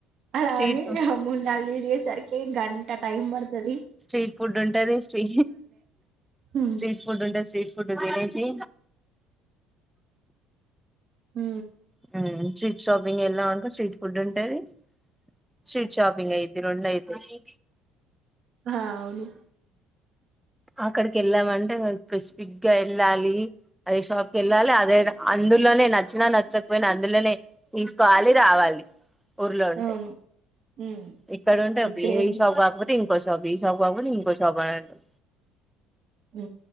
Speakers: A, on the right (about 55°); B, in the centre.
A: అలా
B: స్ట్రీట్
A: అని
B: ఫుడ్
A: మూడు నాలుగు వీడియోస్ ఏ గంటా టైమ్ బడతది
B: స్ట్రీట్ ఫుడ్ ఉంటది స్ట్రీ
A: హ్మ్.
B: స్ట్రీట్ ఫుడ్ ఉంటది స్త్రీట్ ఫుడ్ తినేసి
A: ఊ
B: హ్ స్త్రీట్ షాపింగ్ ఎల్లామనుకో స్ట్రీట్ ఫుడ్ ఉంటది స్ట్రీట్ షాపింగ్ అయిద్ది రొండు అయితయి.
A: ఆ అవును
B: అక్కడికి ఎళ్ళామంటే మల్లి స్పెసిఫిక్ గా ఎళ్ళాలి. అదే షాప్కెల్లాలి అదే ద అందులోనే నచ్చినా నచ్చక్ పోయిన అందులోనే తీసుకోవాలి రావాలి ఊర్లో ఉంటే.
A: అవును. హ్మ్.
B: ఇక్కడ ఉంటే
A: ఇక్కడేం
B: ఈ షాప్ కాకపోతే ఇన్ ఇంకో షాప్ ఈ షాప్ కాకపోతే ఇంకో షాప్ అనన్టం
A: హ్